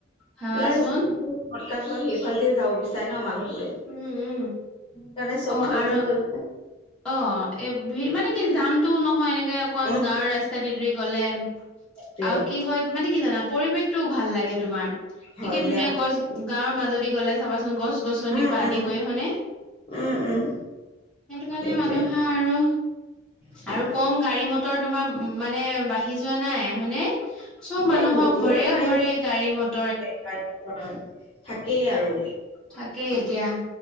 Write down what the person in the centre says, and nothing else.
ভাবাচোন
উম উম
অ
আৰু
অ এ মানে কি জাম টোও নহয় এনেকে অকন
গাঁৱৰ ৰাস্তাতে ধৰি গলে
আৰু কি হয় মানে কি জানা পৰিৱেশটোও ভাল লাগে তোমাৰ
একে
ধুনীয়া গছ গাঁৱৰ মাজদি গ'লে চাবাচোন গছ গছ গছনিৰ
পৰা আদি
কৰি হয়নে
কাৰণে
মানুহে আৰু
আৰু কম গাড়ী মটৰ তোমাৰ মানে বা আহি যোৱা নাই হয়নে চব মানুহৰ
ঘৰে
ঘৰে গাড়ী মত
থাকেই এতিয়া